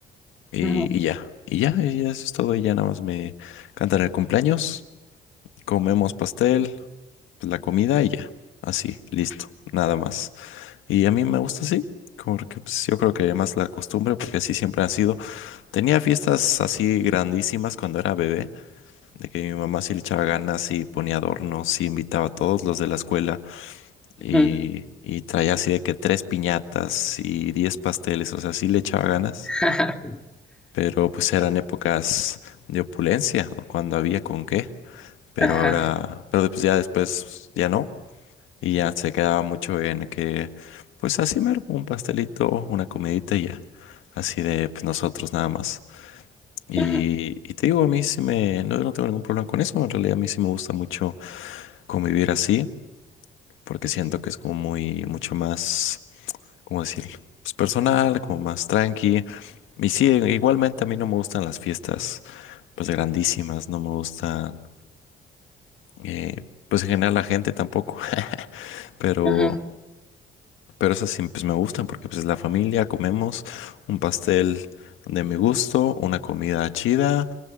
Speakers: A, on the left; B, in the centre.
A: y,
B: Ujú,
A: y ya, y ya, y ya eso es todo y ya nada más me cantan el cumpleaños, comemos pastel, pues, la comida y ya, así, listo, nada más. Y a mí me gusta así, como que pues, yo creo que más la costumbre, porque así siempre han sido. Tenía fiestas así grandísimas cuando era bebé, de que mi mamá sí le echaba ganas y ponía adornos y invitaba a todos los de la escuela y,
B: ujú.
A: y traía así de que tres piñatas y diez pasteles, o sea, sí le echaba ganas,
B: <laughs>
A: pero pues eran épocas de opulencia, cuando había con qué, pero
B: Ajá,
A: ahora, pero pues ya después ya no. Y ya se quedaba mucho en que, pues así mero, un pastelito, una comidita y ya. Así de pues, nosotros nada más. Y,
B: ujú,
A: y te digo, a mí sí me, no, no tengo ningún problema con eso. En realidad a mí sí me gusta mucho convivir así, porque siento que es como muy, mucho más, ¿cómo decirlo? Pues personal, como más tranqui. Y sí, igualmente a mí no me gustan las fiestas, pues grandísimas, no me gustan, eh, pues en general la gente tampoco, <laughs> pero...
B: ujú,
A: Pero esas sí, pues me gustan porque pues es la familia, comemos un pastel de mi gusto, una comida chida